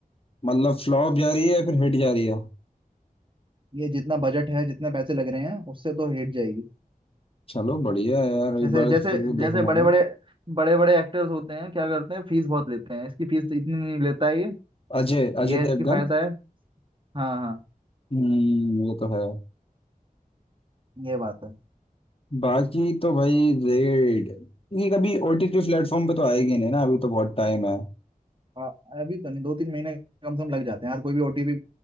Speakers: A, on the left (about 40°); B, on the right (about 35°).
A: मतलब फ्लॉप जा रही है या फिर हिट जा रही है
B: ये जितना बजट है जितने पैसे लग रहे हैं उससे तो हिट जाएगी
A: चलो बढ़िया है यार एक
B: जैसे
A: बार
B: जैसे
A: फिर भी
B: जैसे
A: देखूंगा
B: बड़े
A: मैं
B: बड़े बड़े बड़े एक्टर्स होते हैं क्या करते हैं फीस बहुत लेते हैं इसकी फीस इतनी नहीं लेता है ये
A: अजय अजय
B: ये है इसकी
A: देवगन
B: फायदा है हाँ हाँ
A: हम्म वो तो है
B: ये बात है
A: बाकी तो भाई रेड ये कभी ओटीटी प्लेटफॉर्म पे तो आएगी नहीं ना अभी तो बहुत टाइम है
B: आ, अभी तो नहीं दो तीन महीने कम से कम लग जाते हैं यार कोई भी ओटीपी